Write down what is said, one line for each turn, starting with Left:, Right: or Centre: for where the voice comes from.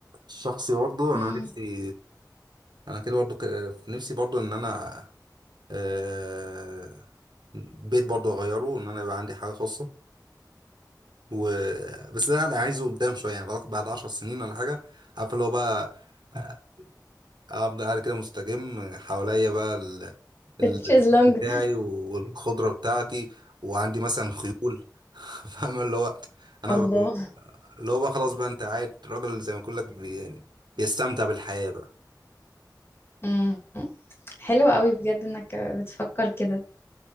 Right: الشخصي برضه انا
Left: امم
Right: نفسي انا كده برضه ك- في نفسي برضه ان انا آه، بيت برضه اغيره ان انا يبقى عندي حاجه خاصه و بس ده انا عايزه قدام شويه يعني بعد بعد 10 سنين ولا حاجه عارف اللي هو بقى آه، افضل قاعد كده مستجم حواليا بقى ال- البيت
Left: تشيز لونج
Right: بتاعي والخضرة بتاعتي وعندي مثلا خيول <laughs> فاهم اللي هو
Left: <laughs>
Right: انا
Left: الله
Right: ب- اللي هو بقى خلاص بقى انت قاعد راجل زي ما بقول لك بي... يعني بيستمتع بالحياة بقى
Left: مم. حلو قوي بجد انك بتفكر كده